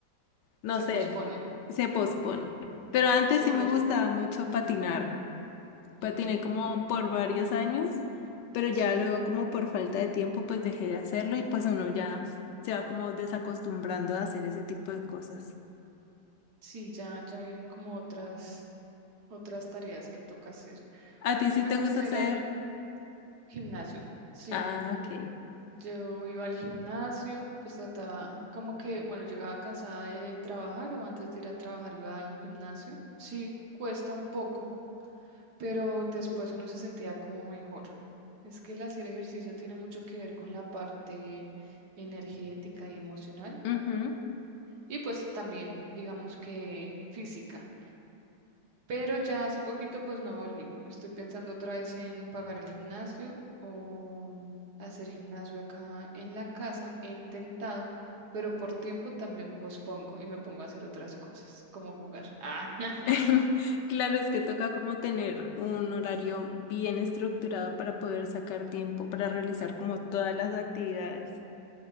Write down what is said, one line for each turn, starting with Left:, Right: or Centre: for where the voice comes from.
Left: no
Right: Se
Left: sé,
Right: pospone.
Left: se pospone. Pero antes
Right: Se
Left: sí
Right: pos
Left: me gustaba mucho patinar. patiné
Right: Mm,
Left: como por varios años, pero ya
Right: sí,
Left: luego como por falta de tiempo pues dejé de hacerlo y pues uno ya se va como desacostumbrando a hacer ese tipo de cosas.
Right: sí, ya, ya vienen como otras, otras tareas que toca hacer.
Left: ¿A
Right: A
Left: ti
Right: mí
Left: sí
Right: sí me
Left: te
Right: gusta
Left: gusta hacer?
Right: ir al gimnasio. Sí.
Left: Ah, ok.
Right: Yo iba al gimnasio, pues trataba, como que, bueno, llegaba cansada de trabajar o antes de ir a trabajar iba al gimnasio. Sí, cuesta un poco, pero después uno se sentía como mejor. Es que el hacer ejercicio tiene mucho que ver con la parte energética y emocional
Left: Ujú.
Right: y pues también, digamos que física. Pero ya hace poquito pues no volví. Estoy pensando otra vez en pagar el gimnasio o hacer gimnasio acá en la casa. He intentado, pero por tiempo también pospongo y me pongo a hacer otras cosas, como jugar. Ah, <laughs>
Left: <laughs> Claro, es que toca como tener un horario bien estructurado para poder sacar tiempo para realizar como todas las actividades.